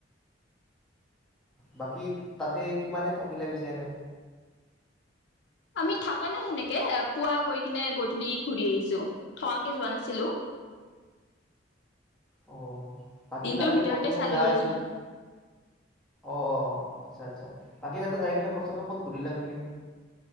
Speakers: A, in the centre; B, on the left.
A: বাকী তাতে কিমানে থাকিলে পিছে এনে?
B: আমি থাকা নাই সেনেকে পুৱা গৈ কিনে গধূলি ঘুৰি আহিছো থাবাকে যোৱা নাছিলো।
A: অ বাকী
B: দিনটোৰ
A: তাতে
B: ভিতৰতে
A: প্ৰথমে
B: চালো
A: যাই
B: আৰু যিমান
A: তুম অ অ আচ্ছা আচ্ছা বাকী তাতে যাই কিনে প্ৰথমে ক'ত ঘূৰিলা তুমি?